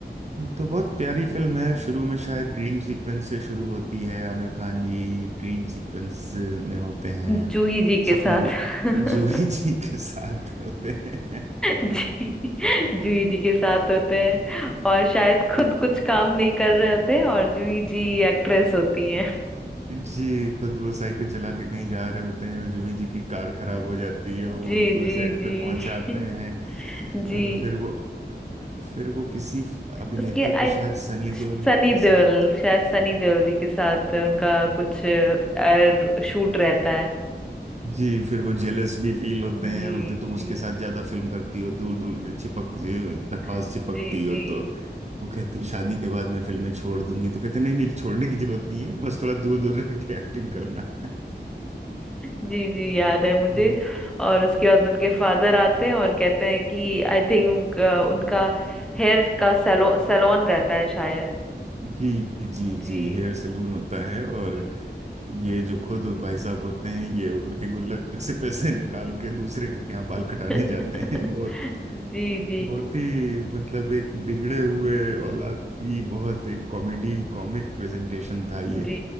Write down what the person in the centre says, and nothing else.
जूही जी के
साथ <laughs>
जी जूही जी के साथ होते हैं और शायद खुद कुछ काम नहीं कर रहे होते हैं और जूही जी एक्ट्रेस होती हैं
जी
जी
जी
<laughs>
जी
उसके आई
सनी
देओल शायद सनी देओल जी के साथ उनका कुछ अ, शूट रहता है
जी
जी
जी
जी
जी जी याद है मुझे
और उसके बाद उनके फादर आते हैं और कहते हैं कि आई थिंक उनका, उनका हेयर का सैलो सैलून रहता है शायद
जी
जी
<laughs>
जी जी
जी